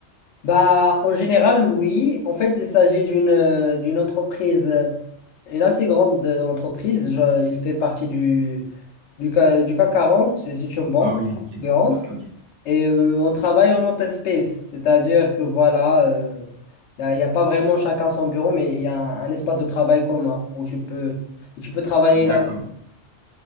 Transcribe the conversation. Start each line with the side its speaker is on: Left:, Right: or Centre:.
Left: Bah, en général, oui. En fait, il s'agit d'une euh, d'une entreprise, euh, une assez grande euh, entreprise. Je- il fait partie du, du, K- du CAC 40. C'est c'est une banque,
Right: Ah oui, ok,
Left: en l'occurrence.
Right: ok, ok.
Left: Et euh, on travaille en open space, c'est-à-dire que voilà, il n'y a, y a pas vraiment chacun son bureau, mais il y a un, un espace de travail commun où tu peux, tu peux travailler
Right: D'accord.
Left: là.